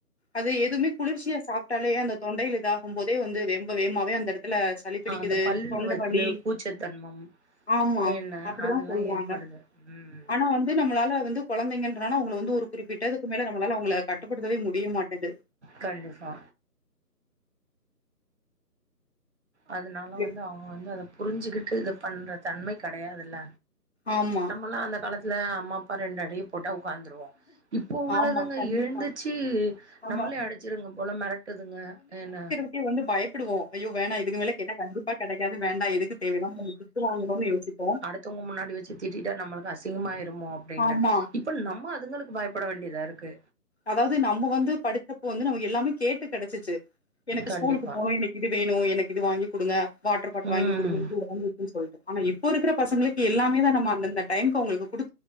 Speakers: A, on the left; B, on the right.
A: அது எதுமே குளிர்ச்சியா சாப்ட்டாலே அந்த தொண்டையில இதாகும் போதே வந்து ரொம்ப வேவமாவே அந்த எடத்துல சளி பிடிக்குது
B: அந்த பல்லுல
A: தொண்ட
B: வந்து
A: வலி
B: கூச்சத்தன்மம்
A: ஆமா
B: என்ன
A: அப்டிதா
B: அதெல்லா
A: சொல்றாங்க
B: ஏற்படுது ம்
A: ஆனா வந்து நம்மளால வந்து கொழந்தைங்கன்றனாலா அவுங்கள வந்து ஒரு குறிப்பிட்ட அதுக்கு மேல நம்மளால அவுங்கள கட்டுப்படுத்தவே முடிய மாட்டேன்து
B: கண்டிப்பா அதுனால
A: வே
B: வந்து அவுங்க வந்து அத புரிஞ்சிக்கிட்டு இது பண்ற தன்மை கெடையாதுல்ல
A: ஆமா,
B: நம்மல்லா‌ அந்த காலத்துல அம்மா அப்பா ரெண்டு அடிய போட்டா உக்காந்துருவோ இப்போ உள்ளதுங்க
A: ஆமா. கண்டிப்பா.
B: எழுந்திச்சி
A: நம்ம
B: நம்மளே அடிச்சிருங்க போல மெரட்டுதுங்க என்ன
A: க்கே வந்து பயப்புடுவோ ஐயோ வேணா இதுக்கு மேல கேட்டா கண்டிப்பா கெடைக்காது வேண்டா எதுக்கு தேவையில்லாம நம்ம திட்டு வாங்கணுன்னு யோசிப்போ
B: மத்தவங்க முன்னாடி வச்சி திட்டிட்டா நம்மளுக்கு அசிங்கமா ஆயிருமோ அப்டின்னு
A: ஆமா.
B: இப் போ நம்ம அதுங்களுக்கு பயப்பட வேண்டியதா இருக்கு
A: அதாவது நம்ம வந்து படிச்சப்போ வந்து நமக்கு எல்லாமே கேட்டு கெடைச்சிச்சி எனக்கு
B: கண்டிப்பா
A: ஸ்கூலுக்கு போனு எனக் இது வேணு எனக்கு இது வாங்கி குடுங்க வாட்டர் பாட்லு
B: ம்
A: வாங்கி குடுங்கன் அப்டின் சொல்ட்டு ஆனா இப்போ இருக்கிற பசங்களுக்கு எல்லாமே தா நம்ம அந்தந்த டைம்க்கு அவுங்களுக்கு குடு